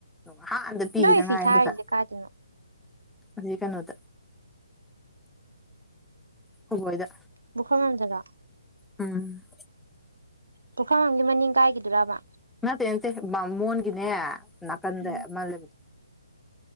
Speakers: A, in the centre; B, on the right.
A: ꯅꯍꯥꯟꯗ ꯄꯤꯈꯤꯗ
B: ꯅꯣꯏ
A: ꯉꯥꯏꯔꯤ
B: ꯐꯤ ꯊꯥꯔꯤꯁꯦ
A: ꯄꯩꯁꯥ
B: ꯀꯥꯏꯗꯅꯣ
A: ꯑꯗꯨꯏ ꯀꯩꯅꯣꯗ ꯑꯩꯈꯣꯏ ꯕꯣꯛ ꯍꯣꯏꯗ
B: ꯄꯨꯈ꯭ꯔꯝꯕꯝꯗꯔꯣ
A: ꯎꯝ
B: ꯄꯨꯈ꯭ꯔꯝꯕꯝꯒꯤ ꯃꯅꯤꯡ ꯂꯩꯀꯥꯏꯒꯤ ꯗꯨꯔꯕ
A: ꯅꯠꯇꯦ ꯅꯠꯇꯦ ꯕꯥꯥꯃꯣꯟꯒꯤꯅꯦ ꯅꯥꯀꯟꯗ
B: ꯎꯝ
A: ꯑꯃ ꯂꯩꯕꯗꯣ